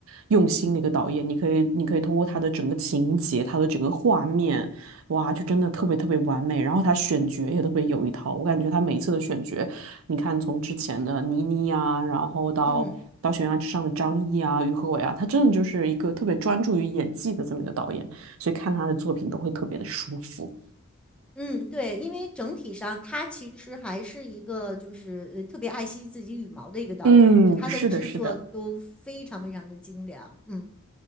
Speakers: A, on the right; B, in the centre.
A: 用心的一个导演。你可以你可以通过他的整个情节，他的整个画面。哇，就真的特别特别完美。然后他选角也特别有一套，我感觉他每一次的选角，你看从之前的倪妮呀，然后到到悬崖之上的张译啊、
B: 嗯
A: 于和伟啊，他真的就是一个特别专注于演技的这么一个导演，
B: 嗯。
A: 所以看他的作品都会特别的舒服。
B: 嗯，对，因为整体上他其实还是一个就是呃特别爱惜自己羽毛的一个导演嘛，
A: 嗯，
B: 就他的制作都非常非常的精良。
A: 是的，是的。
B: 嗯